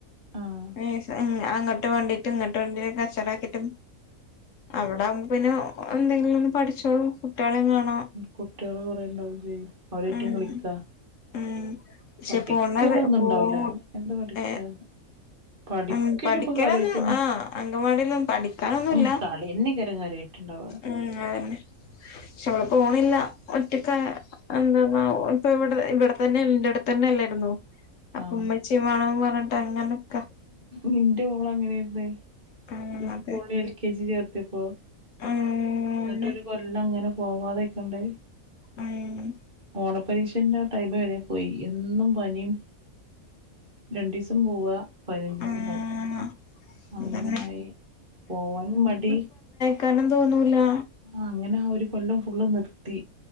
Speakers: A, on the right (about 40°); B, on the left (about 65°).
A: ആഹ്
B: ഏഹ് അങ്ങട്ട് മണ്ടീട്ടും ങ്ങെട്ട് മണ്ടീട്ട് കച്ചറാക്കീട്ടും അവടെ ആവുമ്പോ പിന്നെ എന്തെങ്കിലും ഒന്ന് പഠിച്ചോളും കുട്ട്യാളേം കാണാ
A: കുട്ട്യേള് കാെറേണ്ടാവുമ്പെ അവരായിറ്റും
B: ഉം
A: കളിക്കാ
B: ഉം പക്ഷെ
A: പഠിക്കലൊന്നും
B: പോന്നാ ബേ പോ
A: ഉണ്ടാവൂല
B: മു
A: എന്താ പഠിക്കാ
B: ഏഹ്
A: പഠിക്കല്
B: ഉം പഠിക്കാനൊന്നും
A: ഇപ്പൊ കാര്യായിട്ടൊന്നും
B: ആഹ് അങ്കൻവാടിയിലൊ പഠിക്കാനൊന്നുല്ലാ
A: ഉം കളിയന്നെക്കാരം കാര്യായിട്ടുണ്ടാവ
B: ഉം അതെന്നെ ക്ഷെ ഓള് പോണില്ല ഒറ്റക്കാ അത് എന്തപ്പോ ഓൾപ്പ വടെ ഇവടെ തന്നെൽ നിന്റെ അട്ത്തെന്നെല്ലേയ്ര്ന്നാേ അപ്പം
A: ആഹ്
B: ഉമ്മച്ചീം വാണം പർഞ്ഞിട്ട് അങ്ങനൊക്ക
A: നിന്റെ മോള് അങ്ങനൊയിരുന്നേ
B: ഉം
A: സ്കൂളിലെ
B: അതെ
A: എൽകെജി ചേർത്തിപ്പോ
B: അങ്ങനെ
A: ന്നിട്ട് ഒരു കൊല്ലം അങ്ങനെ പോവാതൊക്കണ്ട്
B: ഉം
A: ഓണ പരിക്ഷന്റെ തയ്ബ പെരേ പോയി എന്നും പനിം രണ്ടീസം പോവാ പയ്നഞ്ചീസം
B: ആഹ്
A: പന്യായി അങ്ങെനായ്
B: അതന്നെ
A: പോവാനും മടി
B: കനം തോന്നൂലാ
A: ആഹ് അങ്ങനാ ഒര് കൊല്ലം ഫുള്ള് നിർത്തി